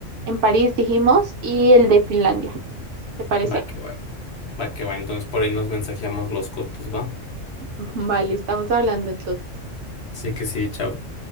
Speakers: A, on the right; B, on the left.
A: en París, dijimos, y el de Finlandia. ¿Te parece?
B: va que va, va que va. Entonces, por ahí nos mensajeamos los costos, va.
A: <laughs> Vale, estamos hablando entonces.
B: Así que sí, chao.